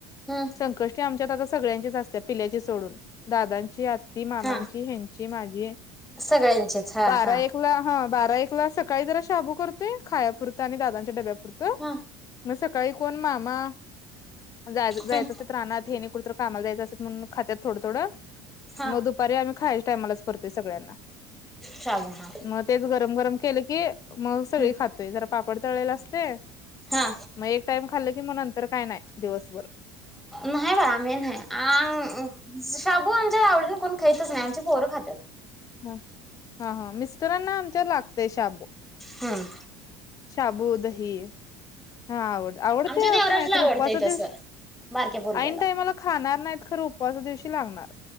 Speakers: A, in the centre; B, on the left.
A: हां
B: संकष्टी आमच्यात आता सगळ्यांचीच असते पिल्याची सोडून दादांची आत्ती मामांची
A: हा
B: ह्याची ची माझी
A: सगळ्यांचेच हा
B: बारा
A: हा.
B: एक ला ह बारा एक ला सकाळी जरा शाबू करते खायापुरतं आणि दादांच्या डब्या पुुरतं
A: ह
B: मग सकाळी कोण मामा जाय जायचं
A: हम्म
B: असे रानांत ह्यांनी कुठं तरी कामाला जायचं असं म्हणून खात्यांत थोडं थोडं
A: हा
B: मग दुपारी आम्ही खायच्या टायमालाच करतोय सगळ्यांना
A: शाबू हा
B: मग तेच गरम गरम केलं की मग सगळी
A: हम्म.
B: खातोय जरा पापड तळलेल असते
A: हा
B: मग एक टाइम खाल्ल कि मग नंतर काय नाही दिवसभर
A: नाहीय बा आमही नाही आंग शाबू आमच्या आवर्जून कोण खातच नाही आमची पोरं खातात
B: ह हा हा मिस्टरांना आमच्या लागतेय शाबू
A: हम्
B: शाबू दही हा आवड आवडत
A: आमच्या
B: आहे
A: देवराजला
B: असं नाही खरं
A: आवडतंय
B: उपवासा
A: तसं.
B: दिवशी
A: बारक्या पोरग्याला
B: ऐन टाईमाला खाणार नाहीत खरं उपवासा दिवशी लागणार